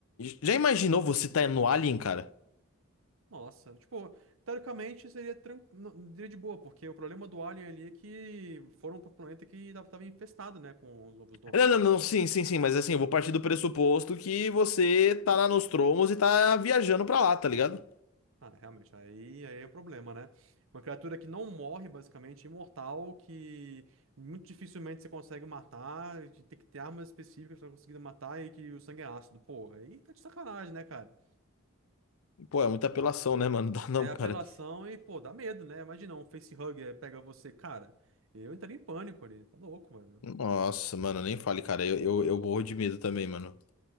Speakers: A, on the left (about 80°); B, on the right (about 70°).
A: já imaginou você tá no Alien, cara?
B: Nossa, tipo, teoricamente seria tran- não, seria de boa, porque o problema do Alien ali é que foram pro planeta que tava, tava infestado, né, com os ovos do
A: Não,
B: Alien.
A: não, não, sim, sim, sim, mas assim, eu vou partir do pressuposto que você tá lá nos tromos e tá viajando pra lá, tá ligado?
B: Ah, né, realmente, aí, aí é o problema, né? Uma criatura que não morre, basicamente, imortal, que muito dificilmente você consegue matar, que tem que ter armas específicas pra conseguir matar e que o sangue é ácido. Pô, aí tá de sacanagem, né, cara?
A: Pô, é muita apelação, né, mano? <laughs> Dá não,
B: É apelação
A: cara.
B: e, pô, dá medo, né? Imagina um facehugger pega você. Cara, eu entraria em pânico ali. Tá louco, mano.
A: Nossa, mano, nem fale, cara. Eu, eu, eu morro de medo também, mano.